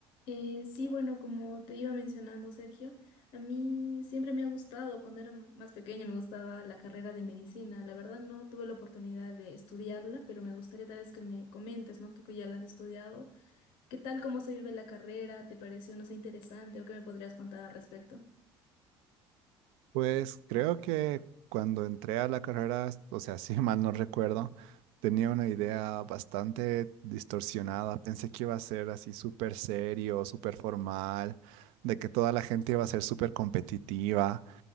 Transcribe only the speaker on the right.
Pues creo que cuando entré a la carrera, o sea, <laughs> si mal no recuerdo, tenía una idea bastante distorsionada. Pensé que iba a ser así súper serio, súper formal, de que toda la gente iba a ser súper competitiva,